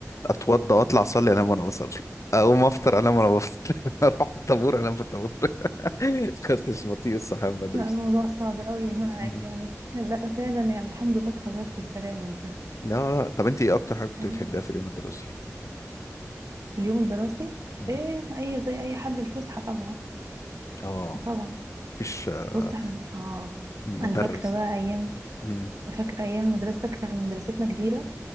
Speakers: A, on the left (about 65°); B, on the right (about 85°).
A: اتوضى واطلع اصلي انام وانا بصلي اقوم افطر انام وانا بفطر <laughs> اروح الطابور انام في الطابور <laughs> كنتش بطيء الصحيان بدري
B: لا الموضوع صعب قوي <laughs> معاك
A: مم.
B: يعني لا فعلا يعني الحمد لله اتخرجت بسلام انت
A: لا لا طب انت ايه اكتر حاجه كنت
B: آه،
A: بتحبيها في اليوم الدراسي
B: في اليوم الدراسي
A: مم.
B: ايه اي زي اي حد الفسحة طبعا
A: اه
B: طبعا
A: مفيش آه،
B: بص احنا اه
A: مدرس
B: انا فاكره بقى ايام
A: امم
B: فاكره ايام المدرسه كان مدرستنا كبيره